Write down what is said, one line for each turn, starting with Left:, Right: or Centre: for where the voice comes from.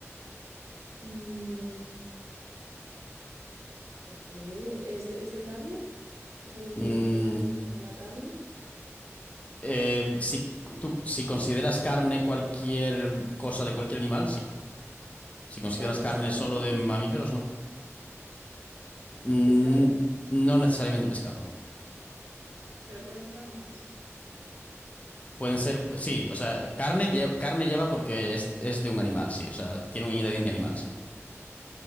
Right: Mm, ok, ¿es de, es de carne? O sea, el ingrediente
Left: Mm,
Right: base es como la carne.
Left: eh, si, tú, si consideras carne cualquier cosa de cualquier animal, sí. Si consideras
Right: Vale, pescado,
Left: carne solo de mamíferos, no. Mm,
Right: pescado,
Left: no necesariamente pescado, no.
Right: pero pueden ser ambas.
Left: Pueden ser, sí, o sea, carne lleva, carne lleva porque es, es de un animal, sí, o sea, tiene un ingrediente animal, sí.